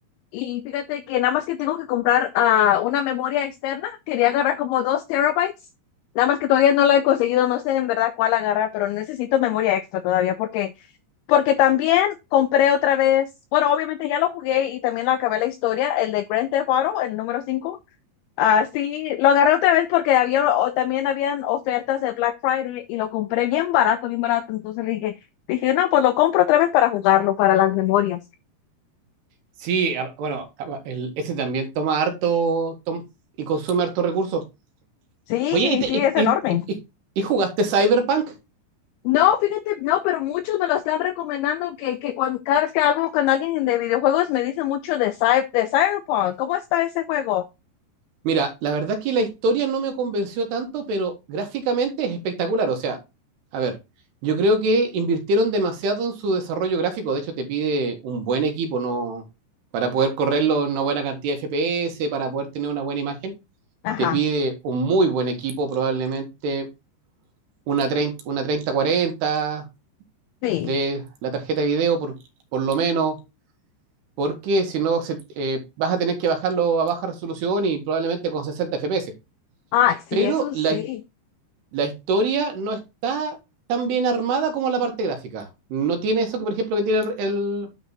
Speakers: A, on the left (about 85°); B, on the right (about 70°).
A: Y fíjate que nada más que tengo que comprar ah, una memoria externa. Quería agarrar como dos terabytes. Nada más que todavía no la he conseguido. No sé en verdad cuál agarrar, pero necesito memoria extra todavía porque, porque también compré otra vez. Bueno, obviamente ya lo jugué y también lo acabé la historia, el de Grand Theft Auto, el número cinco Así lo agarré otra vez porque había o también habían ofertas de Black Friday y lo compré bien barato, bien barato. Entonces le dije, dije, no, pues lo compro otra vez para jugarlo, para las memorias.
B: Sí, a- bueno, a- el, ese también toma harto tom- y consume harto recursos.
A: Sí,
B: Oye, ¿y, te-
A: sí,
B: y-
A: es
B: y-
A: enorme.
B: y- y jugaste Cyberpunk?
A: No, fíjate, no, pero muchos me lo están recomendando que, que cuando, cada vez que hablo con alguien de videojuegos me dicen mucho de, Cy- de Cyberpunk. ¿Cómo está ese juego?
B: Mira, la verdad que la historia no me convenció tanto, pero gráficamente es espectacular. O sea, a ver, yo creo que invirtieron demasiado en su desarrollo gráfico. De hecho, te pide un buen equipo, ¿no? Para poder correrlo en una buena cantidad de FPS, para poder tener una buena imagen,
A: Ajá,
B: te pide un muy buen equipo, probablemente una treinta, una treinta cuarenta
A: sí.
B: de la tarjeta de video, por, por lo menos, porque si no, se- eh, vas a tener que bajarlo a baja resolución y probablemente con 60 FPS.
A: Ay, sí,
B: Pero
A: eso
B: la,
A: sí.
B: la historia no está tan bien armada como la parte gráfica. No tiene eso que, por ejemplo, que tiene el, el,